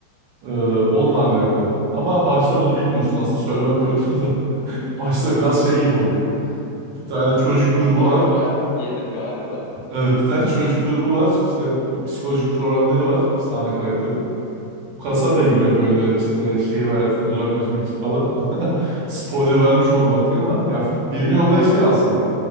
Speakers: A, on the right; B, on the left.
A: Ee, onunla alakalı. Ama başta bunu bilmiyorsun aslında söylemek kötü. <laughs> Başta biraz şey gibi oluyor. Bir tane çocuk grubu
B: Spoiler
A: var.
B: verdik, yedim galiba.
A: Evet, bir tane çocuk grubu var. İşte p- psikolojik problemleri var. İşte ana karakteri. Bu kasabaya
B: Evet.
A: gidiyor böyle işte şehir hayatından uzaklaşmak için falan. <laughs> Spoiler vermiş oldum artık ama
B: <laughs>
A: ya filmin olayı şey aslında.